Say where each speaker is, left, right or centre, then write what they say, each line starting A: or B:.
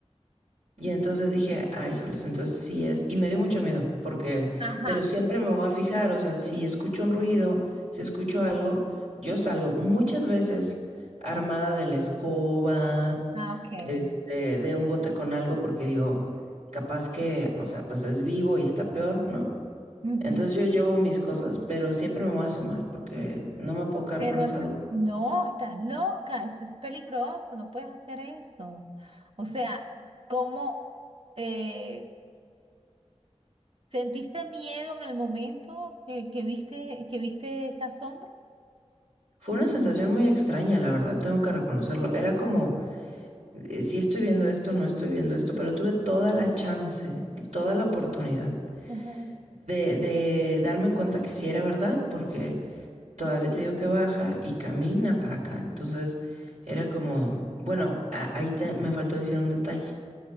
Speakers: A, on the right (about 75°); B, on the right (about 55°).
A: Y entonces dije, ay, joles, entonces sí es. Y me dio mucho miedo, porque,
B: Ajá.
A: pero siempre me voy a fijar, o sea, si escucho un ruido, si escucho algo, yo salgo muchas veces armada de la escoba,
B: Ah, ok.
A: este, de un bote con algo, porque digo, capaz que, o sea, pues es vivo y está peor, ¿no?
B: Ujú.
A: Entonces yo llevo mis cosas, pero siempre me voy a asomar porque no me puedo quedar
B: Pero
A: con esa
B: eso-
A: duda.
B: no, estás loca. Eso es peligroso. No puedes hacer eso. O sea, ¿cómo? eh, ¿Sentiste miedo en el momento que, que viste, que viste esa sombra?
A: Fue una sensación muy extraña, la verdad, tengo que reconocerlo. Era como, si estoy viendo esto, no estoy viendo esto, pero tuve toda la chance, toda la oportunidad
B: Ajá,
A: de, de darme cuenta que sí era verdad, porque todavía te digo que baja y camina para acá. Entonces era como, bueno, a- ahí te- me faltó decir un detalle.